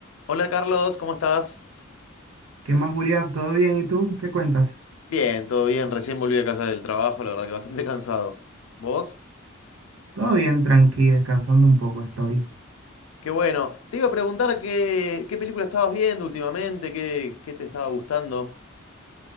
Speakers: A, on the left (about 85°); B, on the right (about 80°).
A: Hola Carlos, ¿cómo estás?
B: ¿Qué más, Julián? ¿Todo bien? ¿Y tú? ¿Qué cuentas?
A: Bien, todo bien, recién volví a casa del trabajo, la verdad que bastante <laughs> cansado. ¿Vos?
B: Todo bien, tranqui, descansando un poco estoy.
A: Qué bueno. Te iba a preguntar qué, qué película estabas viendo últimamente, qué, qué te estaba gustando.